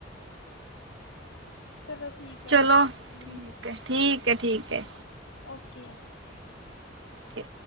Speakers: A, on the left; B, on the right.
A: ਚਲੋ ਠੀਕ ਹੈ
B: ਚਲੋ
A: ਹੂੰ
B: ਠੀਕ ਹੈ ਠੀਕ ਹੈ ਠੀਕ ਹੈ
A: ਓਕੇ।
B: ਕੇ।